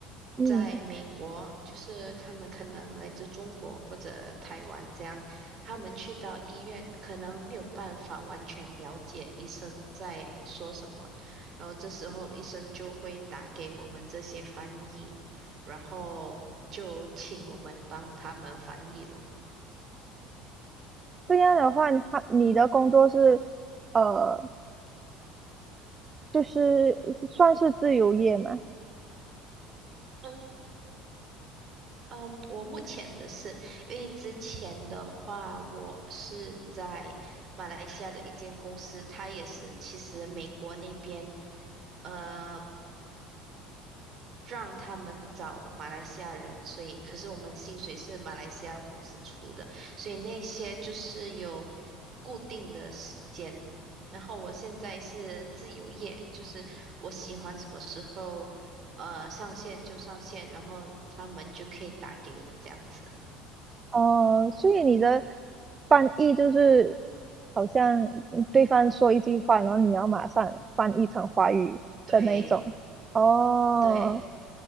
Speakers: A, on the right (about 30°); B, on the right (about 45°).
A: 嗯。
B: 在美国，就是他们可能来自中国或者台湾这样，他们去到医院可能没有办法完全了解医生在说什么，然后这时候医生就会打给我们这些翻译。然后就请我们帮他们翻译咯。
A: 这样的话，他你的工作是，呃，就是算是自由业嘛，
B: 嗯嗯，我目前的是，因为之前的话，我是在马来西亚的一间公司，它也是其实美国那边。呃让他们找马来西亚人，所以可是我们的薪水是马来西亚公司出的，所以那些就是有固定的时间。然后我现在是自由业，就是我喜欢什么时候呃上线就上线，然后他们就可以打给我这样子。
A: 哦、所以你的翻译就是好像对方说一句话，然后你要马上翻译成华语的那一种，
B: 对
A: 哦，
B: 对，